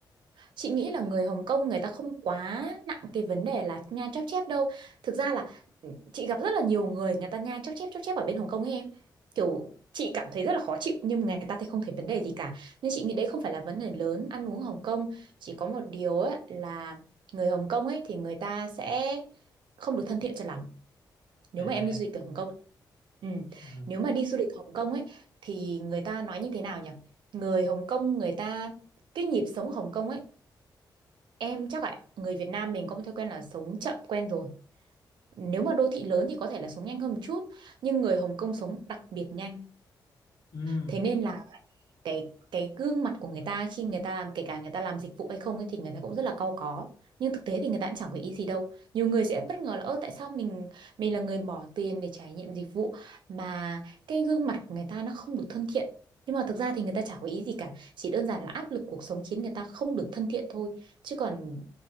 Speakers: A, on the right; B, on the left.
A: Chị nghĩ là người Hồng Kông người ta không quá nặng cái vấn đề là nhai chóp chép đâu. Thực ra là ừ, chị gặp rất là nhiều người người ta nhai chóp chép chóp chép ở bên Hồng Kông ấy em. Kiểu chị cảm thấy rất là khó chịu nhưng người ta thì không thấy vấn đề gì cả. Nên chị nghĩ đấy không phải là vấn đề lớn ăn uống Hồng Kông. Chỉ có một điều ấy là người Hồng Kông ấy thì người ta sẽ không được thân thiện cho lắm. Nếu
B: à
A: mà em đi du lịch ở Hồng Kông. Ừ.
B: ừ.
A: Nếu mà đi du lịch Hồng Kông ấy thì người ta nói như thế nào nhỉ? Người Hồng Kông người ta cái nhịp sống Hồng Kông ấy Em chắc là người Việt Nam mình có một thói quen là sống chậm quen rồi. Nếu mà đô thị lớn thì có thể là sống nhanh hơn một chút, nhưng người Hồng Kông sống đặc biệt nhanh.
B: Ừ.
A: Thế nên là cái cái gương mặt của người ta khi người ta làm kể cả người ta làm dịch vụ hay không ấy thì người ta cũng rất là cau có. Nhưng thực tế thì người ta cũng chẳng có ý gì đâu. Nhiều người sẽ bất ngờ là ơ tại sao mình mình là người bỏ tiền để trải nghiệm dịch vụ mà cái gương mặt của người ta nó không được thân thiện. Nhưng mà thực ra thì người ta chả có ý gì cả, chỉ đơn giản là áp lực cuộc sống khiến người ta không được thân thiện thôi. Chứ còn